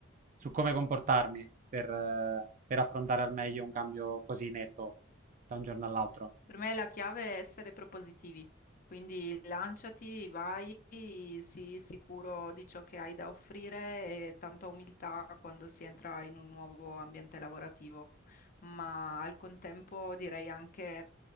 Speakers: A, on the right (about 40°); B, on the left (about 45°).
A: su come comportarmi per, eh, per affrontare al meglio un cambio così netto da un giorno all'altro.
B: Per me la chiave è essere propositivi, quindi lanciati, vai, sii sicuro di ciò che hai da offrire e tanta umiltà quando si entra in un nuovo ambiente lavorativo, ma al contempo direi anche